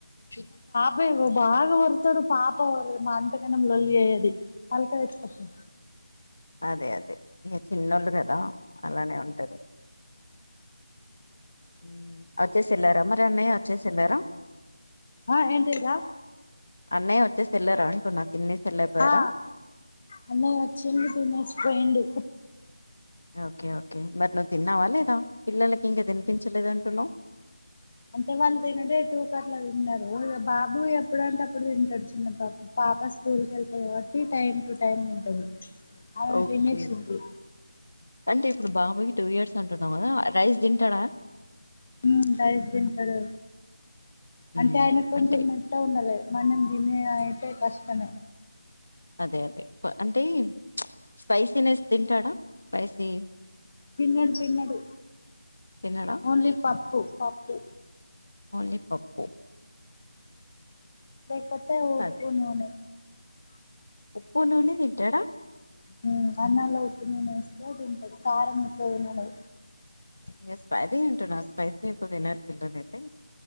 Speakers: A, on the left (about 70°); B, on the left (about 40°).
A: <inaudible>
B: బే ఇగ బాగ వొర్రుతడు, పాప వొర్ర అంతగనం లోల్లి చెయ్యది. పలక తెచ్చుకోపో.
A: అదే అదే ఇగ చిన్నోళ్ళు కదా అలానే ఉంటది. హ్ అచ్చేసి ఎల్లారా మరి అన్నయ్య అచ్చేసేల్లార.
B: ఆ ఏంటిదిరా.
A: అన్నయ్య వచ్చేసి ఎల్లరా అంటున్నా. తినేసి వెళ్ళిపోయారా
B: ఆ అన్నయ్య వచ్చిండు తినేసిపోయిండు.
A: ఓకే ఓకే మరి నువ్వు తిన్నావా లేదా. పిల్లలకి ఇంకా తినిపించలేదంటున్నవు.
B: అంటే వాళ్ళు తినుడే టూ కట్ల తిన్నరు. ఇగా బాబు ఎప్పుడు అంటే అప్పుడు తింటడు. చిన్న బాబు పాప స్కూల్కు వెళ్తది కాబట్టి టైం టు టైం తింటది. ఆమే
A: ఓకే
B: తినేసింది.
A: అంటే ఇప్పుడు బాబుకి టూ ఇయర్స్ అంటున్నవు కదా రైస్ తింటడా.
B: హ్ రైస్ తింటడు.
A: మ్
B: అంటే ఆయనకు కొంచెం
A: అంటే
B: మెత్తగా ఉండాలె. మనం తినేదయితేే కష్టమే.
A: అదే అదే ప అంటే చ్ స్పైసీనెస్ తింటాడా స్పైసీ
B: తిన్నడు తిన్నడు
A: తినడా
B: ఓన్లీ ప ప్పు పప్పు.
A: ఓన్లి పప్పు.
B: లేకపోతే ఉప్పు
A: అదే
B: నూనె.
A: ఉప్పు నూనె తింటడా.
B: హ్ అన్నంలో ఉప్పు నూనేస్తే తింటడు కారం ఎక్కువ తినడు.
A: ఇయన స్పైసీ తింటడా స్పైసి ఎక్కువ తినరు పిల్లలు అయితే.